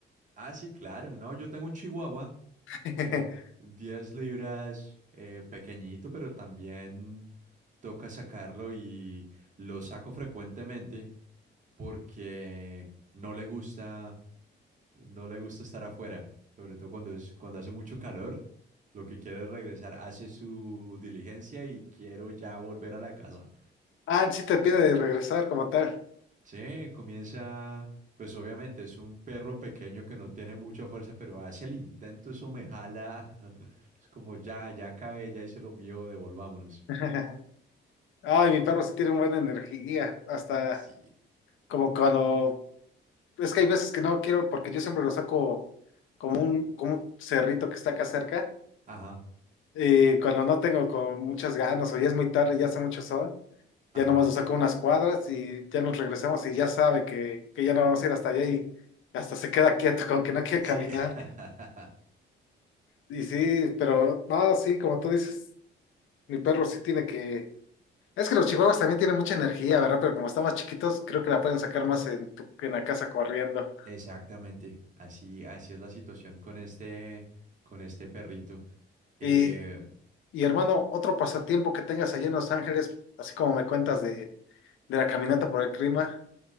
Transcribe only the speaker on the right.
Ah, sí, claro. No, yo tengo un chihuahua.
Eh, 10 libras, eh, pequeñito, pero también toca sacarlo y lo saco frecuentemente porque no le gusta, no le gusta estar afuera, sobre todo cuando es, cuando hace mucho calor, lo que quiere es regresar, hace su diligencia y quiero ya volver a la casa.
Sí, comienza, pues obviamente es un perro pequeño que no tiene mucha fuerza, pero hace el intento, eso me jala. <laughs> Es como ya, ya acabé, ya hice lo mío, devolvámonos.
Sí.
Ajá,
ajá.
Sí,
<laughs>
exactamente. Así, así es la situación con este, con este perrito. Eh,